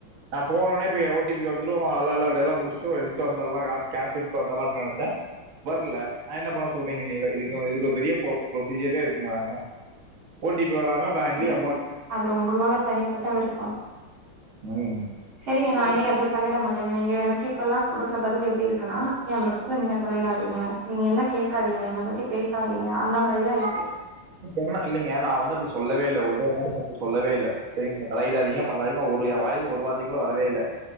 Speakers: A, on the right; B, on the right.
A: நா போனடனே ஓ டி பி வந்துரு அல்லா அல்லான்டு எல்லா முடிச்ட்டு எடுத்துட்டு வந்தர்லா கேஷ் எடுத்து வந்தர்லா அப்பின்னு நெனைச்ச வர்ல நா என்ன பண்ண சொல்றீங்க நீவே இதுக்கு இது ஒரு பெரிய ப்ரொசீஜரே இருக்குங்கறாங்க ஓடிபி வராம பேங்க்கியு
B: ம் அது உங்களோட தனிப்பட்ட விருப்போ
A: ம்.
B: சரிங்க நா இனி அதுல தளையிட மாட்டேங்க நீங்க எனக்கு இப்ப எல்லாம் கொடுக்குற பதில் எப்டி இருக்குன்னா ஏன் விருப்பதுல நீங்க தலையிடாதீங்க நீங்க என்ன கேட்காதீங்க என்னை பத்தி பேசாதீங்க அந்த மாரிதா இருக்கு
A: சொ இல்லைங்க நா வந்து அப்டி சொல்லவே இல்லை ஒருவாட்டியு நான் அப்டி சொல்லவே இல்ல சரிங்க தலையிடாதீங்க பண்ணாதீங்க ஒரு என் வாயில இருந்து ஒரு வார்த்தையு கூட வரவே இல்ல